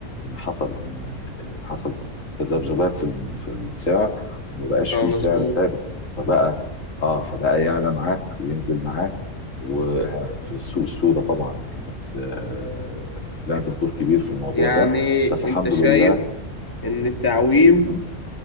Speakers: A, on the left; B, on the left.
A: ان حصل ان حصل تذبذبات في الم- في السعر وما بقاش
B: اه
A: فيه
B: مظبوط
A: سعر ثابت فبقى اه فبقى يعلى معاك وينزل معاك وفي السوق السوداء طبعا كانت آه، لعبت دور كبير في الموضوع
B: يعني
A: ده بس الحمد
B: انت شايف
A: لله
B: ان التعويم
A: مهم.